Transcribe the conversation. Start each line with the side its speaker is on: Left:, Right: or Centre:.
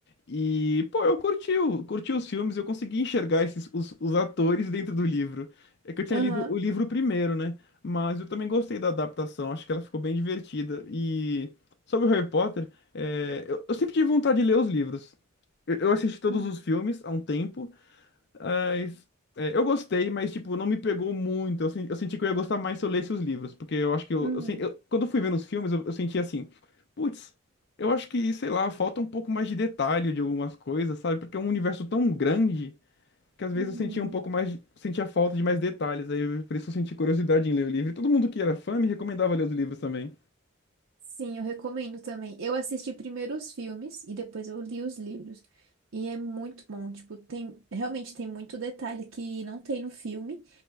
Left: E, pô, eu curti, o- curti os filmes, eu consegui enxergar esses, os, os atores dentro do livro. É que eu tinha
Right: Aham.
Left: lido o livro primeiro, né? Mas eu também gostei da adaptação, acho que ela ficou bem divertida. E sobre o Harry Potter, é, eu, eu sempre tive vontade de ler os livros. Eu, eu assisti todos
Right: Uhum.
Left: os filmes há um tempo, mas, é, eu gostei, mas, tipo, não me pegou muito. Eu, sen- eu senti que eu ia gostar mais se eu lesse os livros, porque eu acho que eu,
Right: Uhum.
Left: eu, sen- eu- quando eu fui vendo os filmes, eu, eu senti assim, putz, eu acho que, sei lá, falta um pouco mais de detalhe de algumas coisas, sabe? Porque é um universo tão grande que às vezes
Right: Uhum.
Left: eu sentia um pouco mais, de- sentia falta de mais detalhes. Aí, eu- por isso eu senti curiosidade em ler o livro. E todo mundo que era fã me recomendava ler os livros também.
Right: Sim, eu recomendo também. Eu assisti primeiro os filmes e depois eu li os livros. E é muito bom, tipo, tem, realmente tem muito detalhe que não tem no filme.